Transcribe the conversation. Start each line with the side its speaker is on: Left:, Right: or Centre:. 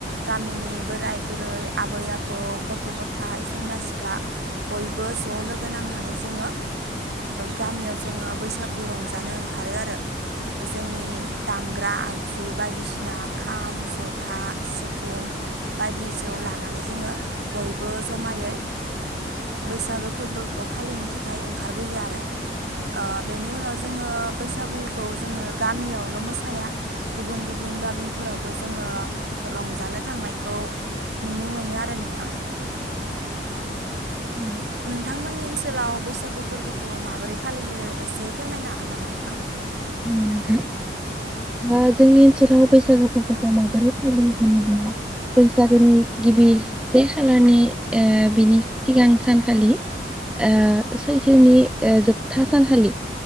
Right: गामिनि बोराय बुरै आबै आबौ गथ गथाय सेंग्रा सिख्ला बयबो ज ज लोगो नांनानै जोङो गामियाव जोङो बैसागु रंजानो ओंखारो आरो जोंनि दामग्रा आगजु बायदिसिना खाम जथा सिफुं बायदि जौ लानानै जोङो बयबो जमायै बैसागो फोरबोखौ फालिनो थाखाय ओंखारबोयो आरो बेनि उनाव जोङो बैसागुखौ जोङो गामियावल मोसाया गुबुन गुबुन गामिफोरावबो जोङो रंजानो थांनायखौ नुनो मोनो आरो नोंथां
Centre: औ
Right: नोंथांमोननि ओनसोलाव बैसागु फोरबोखौ माबोरै फालियो एसे फोरमायनो हागोन नामा नोंथां?
Centre: औ ओ जोंनि ओनसोलाव बैसागो फोरबोखौ माबोरै फालियो होनोब्ला बैसागोनि गिबि से खालारनि ओ बिनि सिगां सानखालि ओ सैथोनि ओ जोबथा सानखालि